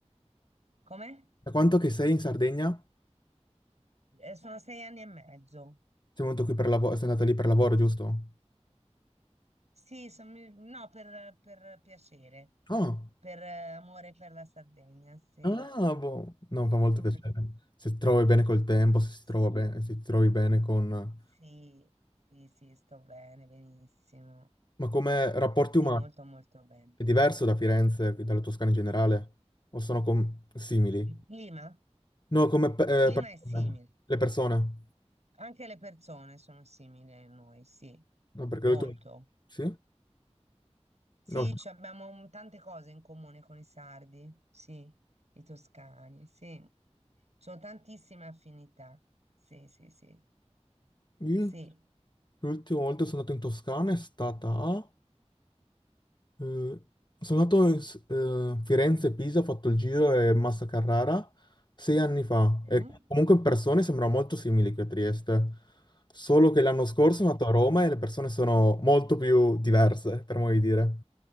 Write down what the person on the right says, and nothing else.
Come?
Eh, sono sei anni e mezzo.
Sì, son- mi- no, per, per piacere,
per eh, amore per la Sardegna, sì.
Mhm.
Sì,
sì, sì, sì, sto bene, benissimo.
Sì,
molto, molto bene.
Il clima?
Il clima
è simile.
Anche le persone sono simili a noi, sì,
molto.
Sì,
ci abbiamo un- tante cose in comune con i sardi, sì, i toscani, sì. Ci sono tantissime affinità. Sì, sì, sì,
sì.
Mhm.